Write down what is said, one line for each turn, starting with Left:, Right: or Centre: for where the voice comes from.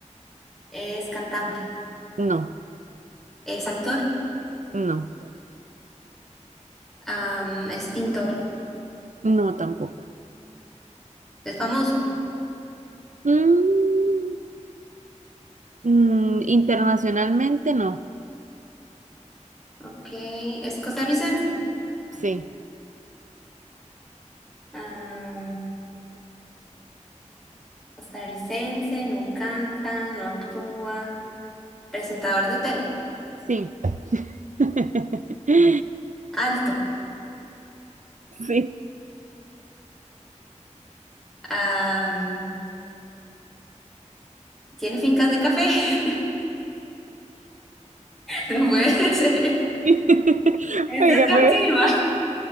Centre: es cantante,
Right: No,
Centre: es actor.
Right: no.
Centre: Am, es pintor,
Right: No, tampoco.
Centre: es famoso.
Right: Mm, Mm, internacionalmente no.
Centre: Ok, es costarricense.
Right: Sí,
Centre: Am, costarricense, no canta, no actúa. Presentador de tele,
Right: sí. <laughs>
Centre: alto.
Right: Sí.
Centre: Am, tiene fincas de café. <laughs> No puede ser.
Right: <laughs>
Centre: Es
Right: Oiga,
Centre: Edgar
Right: pero,
Centre: Silva.